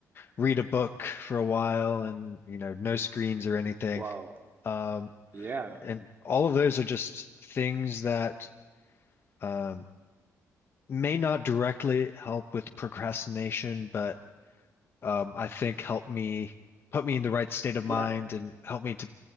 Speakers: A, on the left; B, on the right.
A: read a book for a while and, you know, no screens or anything.
B: Wow.
A: Um,
B: Yeah.
A: and all of those are just things that um, may not directly help with procrastination, but um, I think help me put me in the right state of mind
B: Yeah.
A: and help me to